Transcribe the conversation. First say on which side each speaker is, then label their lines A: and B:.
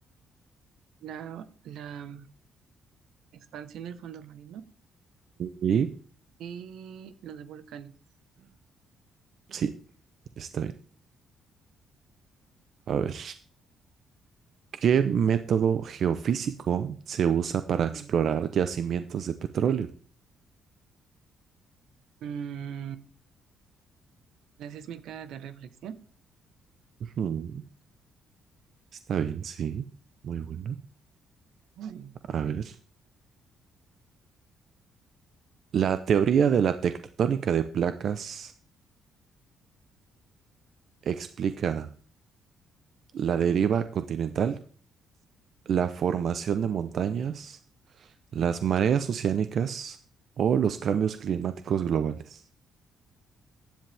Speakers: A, on the right; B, on the right.
A: la, la expansión del fondo marino
B: Y
A: y lo de volcanes.
B: sí, está bien. A ver. ¿Qué método geofísico se usa para
A: Ujú.
B: explorar yacimientos de petróleo?
A: Mm, la sísmica de reflexión.
B: Ujú, Está bien, sí. Muy bueno.
A: Ay.
B: A ver. La teoría de la tectónica de placas explica la deriva continental, la formación de montañas, las mareas oceánicas o los cambios climáticos globales.